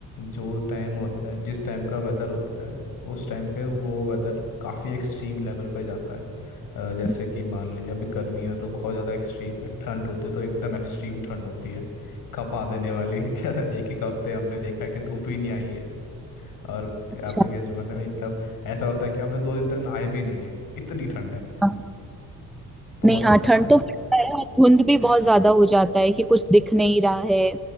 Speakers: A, on the left; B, in the centre.
A: जो टाइम होता है जिस टाइम का वेदर होता है उस टाइम पे वो वेदर काफ़ी एक्सट्रीम लेवल पे जाता है अ, जैसे
B: हम्म,
A: कि मान लीजिए अभी गर्मी है तो बहुत ज़्यादा एक्सट्रीम है ठंड होती है तो एकदम एक्सट्रीम ठंड होती है कपा देने वाली <laughs> एक एक हफ्ते हमने देखा है कि धूप ही नहीं आई है और
B: अच्छा
A: आपसे क्या जुबान है मतलब ऐसा होता है कि हमने दो दिन तक नहाए भी नहीं है इतनी ठंड है
B: हाँ
A: बहुत
B: नहीं हाँ
A: ज़्यादा
B: ठंड
A: ठंड
B: तो पड़ता है और धुंध भी बहुत ज्यादा हो जाता है कि कुछ दिख नहीं रहा है